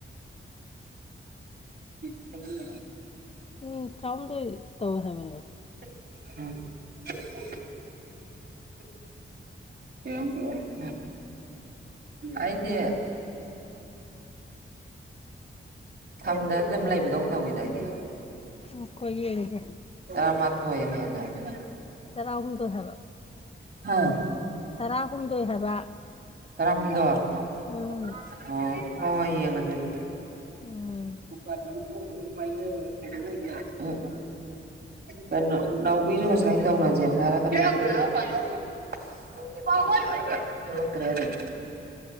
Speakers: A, on the right (about 55°); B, on the left (about 30°).
A: <unintelligible>
B: ꯎꯝ ꯇꯥꯍꯨꯝꯗꯣꯏ ꯇꯧꯌꯦ ꯍꯥꯏꯕꯅꯦ
A: <unintelligible> <unintelligible> ꯑꯩꯗꯤ ꯈꯪꯗꯗ ꯗꯨꯝ ꯂꯩꯕꯗꯧ ꯇꯧꯋꯤꯗꯥ ꯑꯩꯗꯤ
B: ꯉꯥꯏꯈꯣ ꯌꯦꯡꯒꯦ
A: ꯇꯔꯥꯃꯥꯊꯣꯏ ꯍꯦꯜꯂꯕꯅꯦ
B: ꯇꯔꯥꯍꯨꯝꯗꯣꯏ ꯍꯥꯏꯕ
A: ꯍꯥ
B: ꯇꯔꯥꯍꯨꯝꯗꯣꯏ ꯍꯥꯏꯕ
A: ꯇꯔꯥꯍꯨꯝꯗꯣꯏ ꯑꯣ
B: ꯎꯝ
A: ꯍꯣꯏ ꯍꯣꯏ ꯌꯦꯡꯉꯒꯦ ꯑꯗꯨꯗꯤ
B: ꯎꯝ
A: ꯎꯄꯥꯗꯤ ꯑꯃꯨꯛ ꯄꯥꯏꯅꯔ ꯀꯩꯗꯧꯋꯤ ꯑꯗꯨꯒ ꯀꯩꯅꯣ ꯅꯥꯎꯕꯤꯁꯨ ꯉꯁꯥꯏ ꯇꯧꯅꯁꯦ ꯍꯥꯏꯔꯒ <unintelligible> <unintelligible> ꯊꯣꯛꯂꯛꯇ꯭ꯔꯦ ꯑꯗꯨꯝ